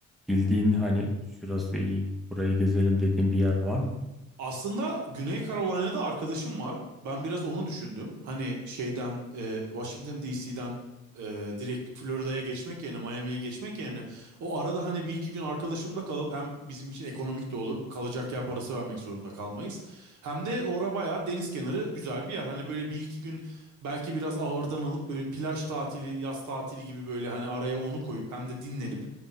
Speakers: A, in the centre; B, on the right.
A: bildiğin hani şurası iyi, burayı gezelim dediğin bir yer var mı?
B: Aslında Güney Carolina'da arkadaşım var. Ben biraz onu düşündüm. Hani şeyden e, Washington DC'den e, direkt Florida'ya geçmek yerine Miami'ye geçmek yerine o arada hani bir iki gün arkadaşımda kalıp hem bizim için ekonomik de olur. Kalacak yer parası vermek zorunda kalmayız. Hem de ora bayağı deniz kenarı güzel bir yer. Hani böyle bir iki gün belki biraz ağırdan alıp böyle plaj tatili, yaz tatili gibi böyle hani araya onu koyup hem de dinlenip